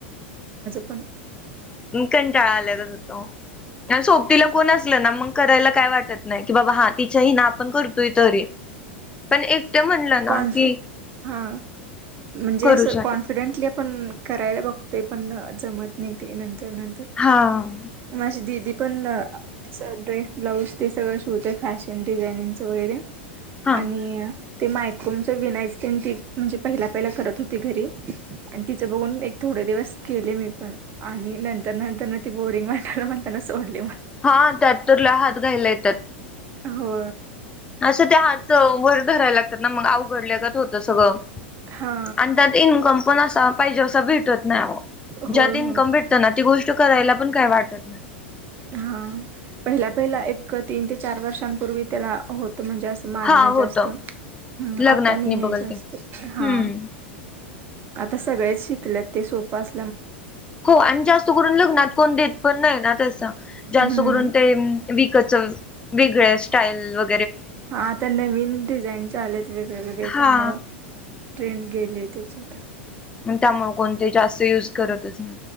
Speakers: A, on the right; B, on the left.
A: आपण
B: कंटाळा आलागच होत सोपतीला कोण असल ना मग करा काय वाटत नाही बा हा तिच्या ना आपण करतोय तरी पण म्हणलं ना
A: कॉन्फि
B: की
A: हा म्हणजे
B: करूच
A: असं
B: वाटत
A: कॉन्फिडेंटली
B: नाही.
A: आपण करायला बघतो ते पण जमत नाही नंतर नंतर
B: हा
A: माझी दिदी पण ड्रेस ब्लाऊज ते सगळं शोवतय फॅशन डिझायनिंगच वगैरे
B: हा
A: आणि ते मायकोमच विनायच ती म्हणजे पहिला पहिला करत होती घरी आणि तिचं बघून एक थोडं दिवस केले मी पण आणि नंतर नंतर म ती बोरिंग वा म्हणताना सोडली
B: हा त्यात तरला हात घायला येतात
A: हो
B: असं त्या हात वर धरायला लागतात ना मग अवघडल्यागत होतं सगळं
A: हा
B: आणि त्यात इन्कम पण असा पाहिजे असा भेटत नाही
A: होय
B: ज्या तन
A: हो
B: कं भिटत ना ती गोष्ट करायला पण काही वाटत नाही
A: हा पहिला पहिला एक तीन ते चार वर्षांपूर्वी त्याला होत म्हणजे असं मागण
B: हा होतं
A: जास्त्
B: लग्नात
A: आता नाही
B: मी
A: आहे
B: बघल
A: जास्त
B: ते हम्म
A: हा आता सगळेच शिकलेत ते सोपं अस
B: हो आणि जास्त करून लग्नात कोण देत पण नाही ना तसं जा
A: हम्म
B: करून ते विक वेगळ स्टाईल व
A: हाता नवीन डिझाईन आलेत वेगळेवेगळे
B: हा
A: त्यामुळं ट्रेंड गेले त्याची आता
B: त्यामुळे कोणते जास्त युज करतच ना